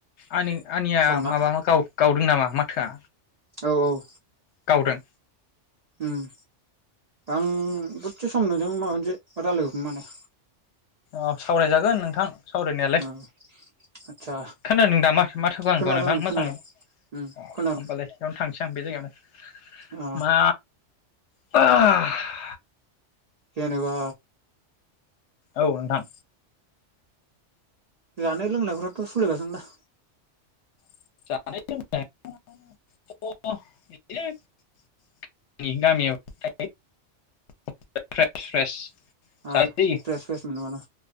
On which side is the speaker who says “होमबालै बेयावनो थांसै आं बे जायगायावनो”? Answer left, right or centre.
Left